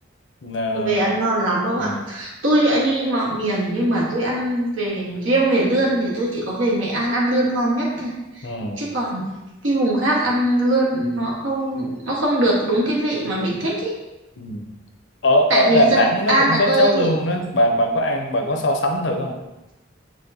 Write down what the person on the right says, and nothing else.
về ăn ngon lắm không
ạ tôi đã đi mọi miền nhưng mà tôi ăn về riêng về lươn thì tôi chỉ có về Nghệ An ăn lươn ngon nhất
chứ còn đi vùng khác ăn lươn nó không nó không được đúng cái vị mà mình thích ý.
Tại vì
dân
An
là
tôi
thường